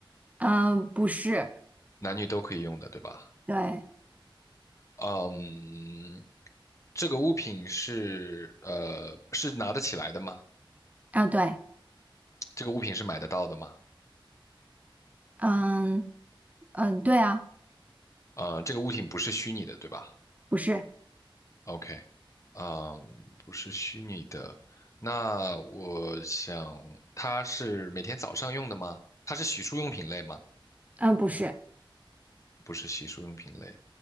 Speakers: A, on the right; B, on the left.
A: 嗯，不是，
B: 男女都可以用的，对吧？
A: 对，
B: 嗯，这个物品是呃是拿得起来的吗？
A: 啊对，
B: 这个物品是买得到的吗？
A: 嗯嗯，对啊，
B: 呃，这个物品不是虚拟的，对吧？
A: 不是，
B: OK，嗯，不是虚拟的。那我想，它是每天早上用的吗？它是洗漱用品类吗？
A: 嗯不是，
B: 不是洗漱用品类。